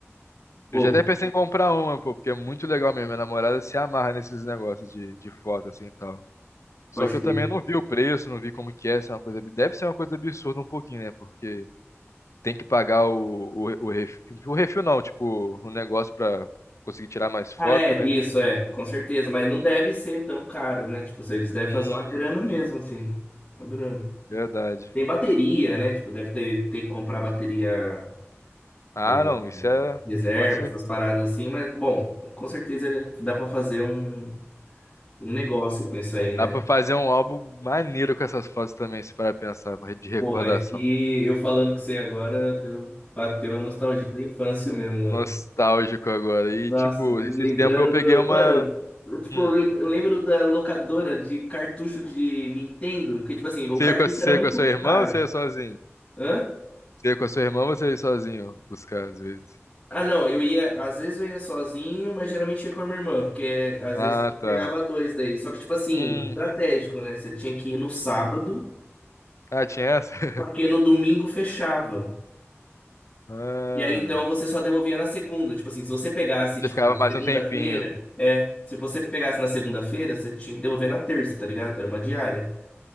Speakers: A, on the left; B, on the left.
A: Pô,
B: Eu já até pensei em comprar uma, pô, porque é muito legal mesmo. Minha namorada se amarra nesses negócios de, de foto assim e tal. Só
A: pode
B: que
A: crer.
B: eu também não vi o preço, não vi como que é, se é uma coisa, ab- deve ser uma coisa absurda um pouquinho, né? Porque tem que pagar o, o, o refil, o refil não, tipo, o negócio pra conseguir tirar mais foto,
A: Ah, é,
B: né?
A: isso, é, com certeza. Mas não deve ser tão caro, né? Tipo, se eles devem
B: Uhum.
A: fazer uma grana mesmo, assim. Uma grana.
B: Verdade.
A: Tem bateria, né? Tipo, deve ter, ter que comprar bateria
B: Ah,
A: é,
B: não, isso é,
A: é, reserva,
B: com certeza.
A: essas paradas assim, mas bom, com certeza ele- dá pra fazer um, um negócio com isso aí, né?
B: Dá pra fazer um álbum maneiro com essas fotos também, se parar pra pensar, de recordação.
A: Pô, mas que eu falando que você agora, deu, bateu a nostalgia da infância mesmo, mano.
B: nostálgico agora. E,
A: Nossa,
B: tipo,
A: lembrando
B: esses tempos eu peguei
A: do.
B: uma.
A: Mano, eu, tipo,
B: Hum.
A: eu lem- eu lembro da locadora de cartucho de Nintendo, que, tipo assim, o
B: Você
A: cartucho
B: ia com a, você
A: era muito
B: ia com a sua irmã
A: caro.
B: ou você ia sozinho?
A: Hã?
B: Você ia com a sua irmã ou você ia sozinho buscar, às vezes?
A: Ah, não, eu ia, às vezes eu ia sozinho, mas geralmente ia com a minha irmã, porque às
B: Ah,
A: vezes
B: tá.
A: pegava dois daí. Só que, tipo assim,
B: Uhum.
A: estratégico, né? Você tinha que ir no sábado,
B: Ah, tinha essa? <laughs>
A: porque no domingo fechava.
B: Ah.
A: E aí então você só devolvia na segunda. Tipo assim, se você pegasse, tipo,
B: Você ficava
A: na
B: mais
A: segunda-feira,
B: um tempinho.
A: é. Se você pegasse na segunda-feira, você tinha que devolver na terça, tá ligado? Era uma diária.